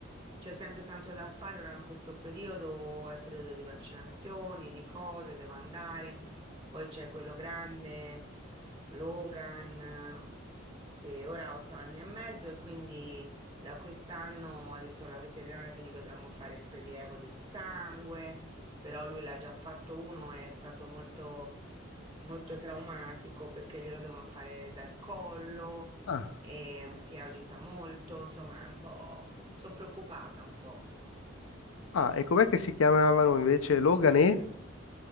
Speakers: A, on the right (about 25°); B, on the left (about 80°).
A: C'è sempre tanto da fare ora in questo periodo, è periodo di vaccinazioni, di cose, devo andare. Poi c'è quello grande, Logan, eh, che ora ha otto anni e mezzo e quindi da quest'anno ha detto la veterinaria che gli dobbiamo fare il prelievo del sangue però lui l'ha già fatto uno, è stato molto, molto traumatico perché glielo devono fare dal collo,
B: Ah,
A: e mm, si agita molto, insomma, è un po', sono preoccupata un po'.
B: ah, e com'è che si chiamavano invece Logan e